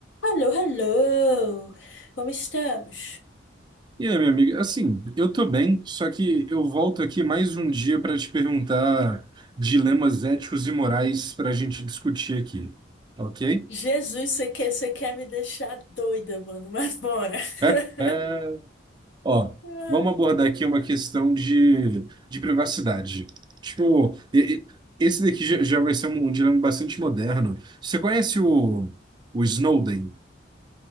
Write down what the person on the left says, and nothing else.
Alô, alô! Como estamos?
Jesus, você quer, você quer me deixar doida, mano, mas bora! <laughs>
Ah,